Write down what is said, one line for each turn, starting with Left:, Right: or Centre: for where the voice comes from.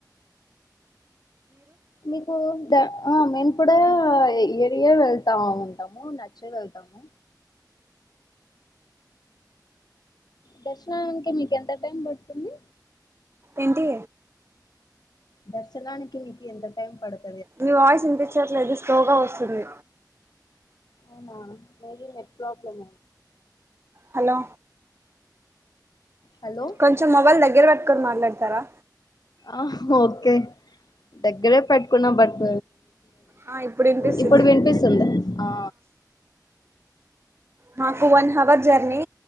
Left: మీకు ఆ మేము కూడా ఏరియ వెళ్తా ఉంటాము నచ్చే వెళ్తాము దర్శనానికి మీక ఎంత టైం పడుతుంది
Right: ఏంటి
Left: దర్శనా అనికి నకు ఎంత టైం పడుతు
Right: మీ వాయిస్ ఇనిపించట్లేదు స్లోగా వస్తుంది
Left: <unintelligible> నెట్ ప్రబ్లం
Right: హలో
Left: హలో
Right: కొంచెం మొబైల్ ద దగ్గర పట్టుకొని మాట్లాడతారా
Left: ఆ ఓకే దగ్గరే పెట్టుకున్నాం బట్
Right: ఆ ఇప్పుడు వినిపిస్తుంది
Left: ఇప్పుడు వినిపిస్తుంది ఆ
Right: మాకు వన్ హవర్ జర్నీ